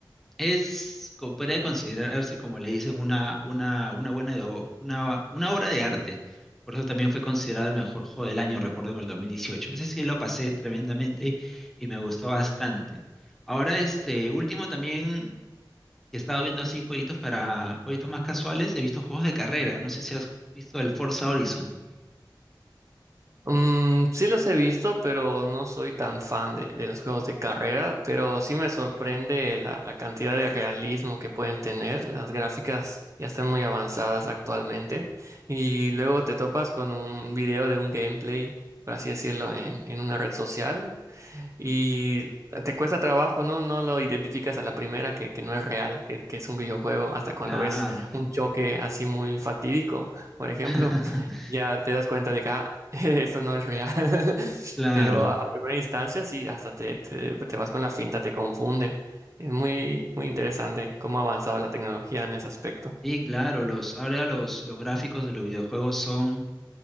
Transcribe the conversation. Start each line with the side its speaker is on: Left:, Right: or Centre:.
Centre: Es, co- podría considerarse, como le dicen, una, una, una buena de, o- una, una obra de arte. Por eso también fue considerado el mejor juego del año, recuerdo, en el 2018. Ese sí lo pasé tremendamente y me gustó bastante. Ahora, este último también he estado viendo así jueguitos para jueguitos más casuales. He visto juegos de carrera. No sé si has visto el Forza Horizon.
Right: Mm, sí los he visto, pero no soy tan fan de, de los juegos de carrera, pero sí me sorprende la, la cantidad de realismo que pueden tener. Las gráficas ya están muy avanzadas actualmente y luego te topas con un video de un gameplay, por así decirlo, en, en una red social y te cuesta trabajo, ¿no? No lo identificas a la primera que, que no es real, que, que es un videojuego, hasta cuando
Centre: Claro,
Right: ves un choque así muy fatídico, por ejemplo,
Centre: <laughs>
Right: ya te das cuenta de que ah, <laughs> esto no es real. <laughs>
Centre: claro.
Right: Pero a, a primera instancia sí, hasta te, te, te vas con la finta, te confunde. Es muy, muy interesante cómo ha avanzado la tecnología en ese aspecto.
Centre: Sí, claro, los, ahora los, los gráficos de los videojuegos son,